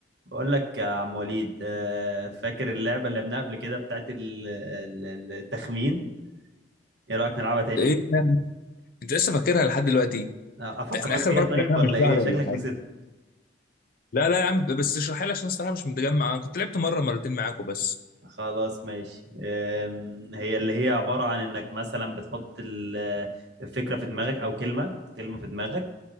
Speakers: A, on the right (about 65°); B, on the left (about 50°).
A: بقول لك يا عم وليد آه، فاكر اللعبة اللي لعبناها قبل كده بتاعت ال- ال- ال- التخمين ايه رأيك نلعبها تاني
B: انت ايه ده؟ انت لسه فاكرها لحد دلوقتي
A: آه، افكرك
B: ده احنا اخر
A: بيها
B: مره
A: طيب
B: كنا بنعملها
A: ولا ايه
B: من شهر
A: شكلك
B: ولا حاجه
A: نسيتها
B: لا لا يا عم بس اشرحها لي عشان الصراحه مش متجمع انا كنت لعبت مره مرتين معاكم بس
A: خلاص ماشي آم، هي اللي هي عبارة عن انك مثلا بتحط ال- الفكرة في دماغك او كلمة كلمة في دماغك